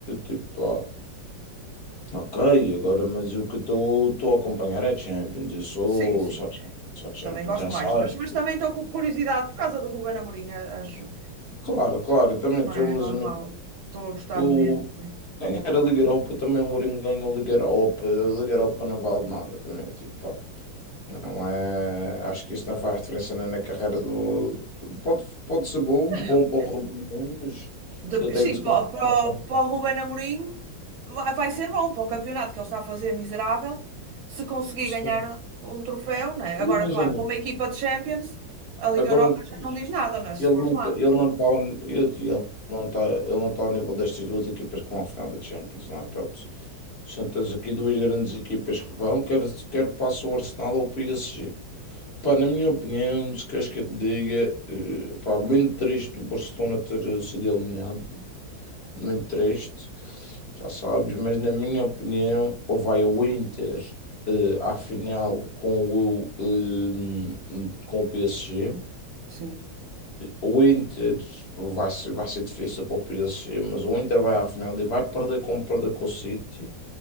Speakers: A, on the left; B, on the right.
A: Tipo, ah, ok, agora, mas o que estou estou a acompanhar é Champions. Eu sou
B: Sim, sim.
A: só Champions, só Champions,
B: Também gosto
A: já
B: mais,
A: sabes.
B: mas, mas também estou com curiosidade por causa do Ruben Amorim, a- acho.
A: Claro, claro, eu também
B: Não
A: sou,
B: é,
A: mas
B: é normal.
A: amigo,
B: Estou a gostar
A: o
B: de ver também.
A: ganhar a Liga Europa também o Mourinho ganhou a Liga Europa, a Liga Europa não vale nada para mim, tipo, pá, não é, acho que isso não faz diferença nem na carreira do, pode, pode ser bom, bom
B: É,
A: para o
B: é
A: Ruben
B: co-
A: Amorim, mas
B: de-
A: eu tenho
B: sim,
A: de se
B: para,
A: concentrar
B: para,
A: na frente.
B: para o Ruben Amorim vai vai ser bom para o campeonato que ele está a fazer miserável. Se conseguir
A: Sim,
B: ganhar um troféu, não é? Agora,
A: imagina,
B: claro, para uma equipa de Champions, a Liga
A: agora
B: Europa já não diz nada, não é? Se
A: Ele
B: fores
A: não
B: lá.
A: está, ele não está, ele não está, ele não está ao nível destas duas equipas que vão à final da Champions, não é? Pronto, são- tens aqui duas grandes equipas que vão, quer, quer passa o Arsenal ou o PSG. Pá, na minha opinião, se queres que eu te diga, eh, pá, muito triste o Barcelona ter sido eliminado, muito triste, já sabes, mas na minha opinião, ou vai o Inter eh, à final com o, eh, com o PSG
B: Sim,
A: o Inter vai ser, vai ser difícil para o PSG, mas o Inter vai à final e vai perder como perdeu com o City